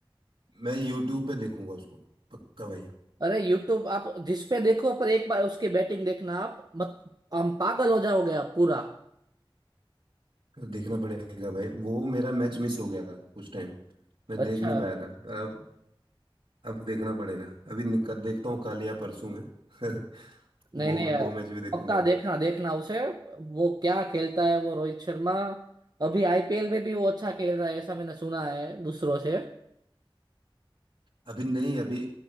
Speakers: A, on the right (about 65°); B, on the right (about 45°).
A: मैं यूट्यूब पे देखूंगा उसको पक्का भाई
B: अरे यूट्यूब आप जिस पे देखो पर एक बार उसकी बैटिंग देखना आप मत हम पागल हो जाओगे आप पूरा
A: देखना पड़ेगा भाई वो मेरा मैच मिस हो गया था उस टाइम मैं
B: अच्छा
A: देख नहीं पाया था पर अब अब देखना पड़ेगा अभी निकल देखता हूँ कल या परसों में <laughs>
B: नहीं
A: वो
B: नहीं
A: भी
B: यार
A: वो मैच भी देखूंगा
B: पक्का देखना देखना उसे वो क्या खेलता है वो रोहित शर्मा अभी आईपीएल में भी वो अच्छा खेल रहा है ऐसा मैंने सुना है दूसरों से
A: अभी नहीं अभी